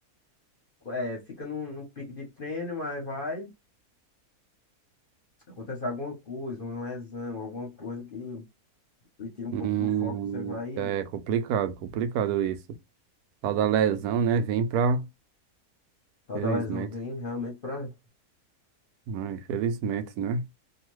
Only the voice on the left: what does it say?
é, fica num, num pique de treino, mas vai, acontece alguma coisa, uma lesão, alguma coisa que lhe tira um
pouco do foco, você vai e
tal
da lesão vem realmente pra,